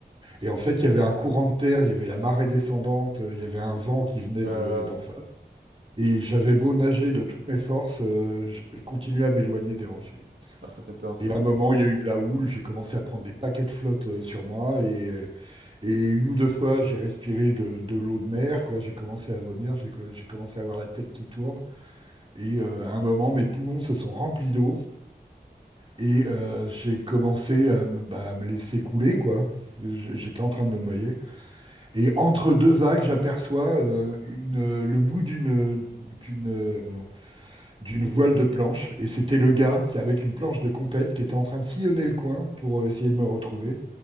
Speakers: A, on the right; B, on the right.
A: Et en fait, il y avait un courant de terre, il y avait la marée descendante, euh, il y avait un vent qui venait
B: Euh,
A: de, d'en face. Et j'avais beau nager de toutes mes forces, euh, je continuais à m'éloigner des rochers.
B: Ah, ça fait peur ça.
A: Et à
B: hein.
A: un moment, il y a eu de la houle, j'ai commencé à prendre des paquets de flotte euh, sur moi, et, euh, et une ou deux fois, j'ai respiré de, de l'eau de mer, quoi. J'ai commencé à vomir, j'ai co- j'ai commencé à avoir la tête qui tourne, et euh, à un moment, mes poumons se sont remplis d'eau, Et euh, j'ai commencé à me, bah, à me laisser couler, quoi. J- J'étais en train de me noyer. Et entre deux vagues, j'aperçois euh, une, euh, le bout d'une d'une euh, d'une voile de planche. Et c'était le gars qui, avec une planche de compète, qui était en train de sillonner le coin pour euh, essayer de me retrouver.